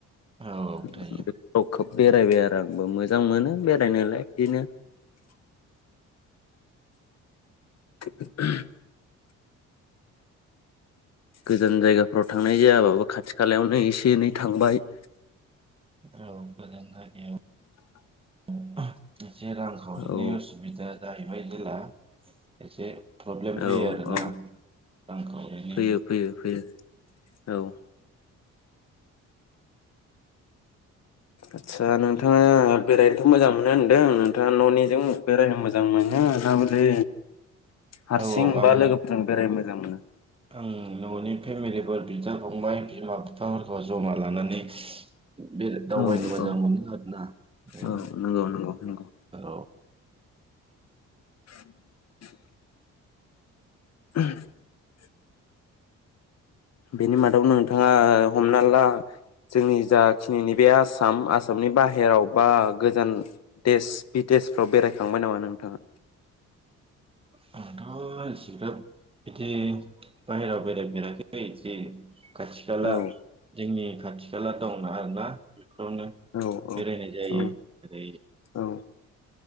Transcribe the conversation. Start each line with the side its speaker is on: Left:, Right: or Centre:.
Right: औ औ
Left: <unintelligible>
Right: थायो
Left: अखोब बेरायबाय आरो आंबो मोजां मोनो बेरायनोलाय <unintelligible> दिनो <inaudible> गोजान जायगाफोराव थांनाय जायाबाबो खाथि खालायावनो एसे एनै थांबाय।
Right: औ गोजान जायगायाव एसे रांखावरिनि
Left: औ
Right: उसुबिदा जाहैबाय जेला एसे प्रब्लेम
Left: औ
Right: फैयो आरोना
Left: औ
Right: रां खावरिनि।
Left: फैयो फैयो फैयो औ आस्सा नोंथाङा बेरायनोथ' मोजां मोनो होनदों नोंथाङा न'निजों बेरायनो मोजां मोनो नाबलै हारसिं
Right: औ औ आं
Left: बा लोगोफोरजों बेरायनो मोजां मोनो।
Right: आं न'नि फेमिलिफोर बिदा फंबाय बिमा बिफाफोरखौ जमा लानानै बे दावबायनो
Left: औ
Right: मोजां
Left: औ
Right: मोनो आरोना औ
Left: औ नंगौ नंगौ नंगौ
Right: औ
Left: <inaudible> <inaudible> बेनि मादाव नोंथाङा हमना ला जोंनि जाखिनि नैबे आसाम आसामनि बाहेराव बा गोजान देश बिदेशफ्राव बेरायखांबाय नामा नोंथाङा?
Right: <unintelligible> <unintelligible> बिदि बाहेराव बेरायफेराखै इदि खाथि खाला
Left: औ
Right: जोंनि खाथि खाला दंना आरोना <unintelligible> नो
Left: औ
Right: बेरायनाय जायो
Left: औ
Right: ओरै
Left: औ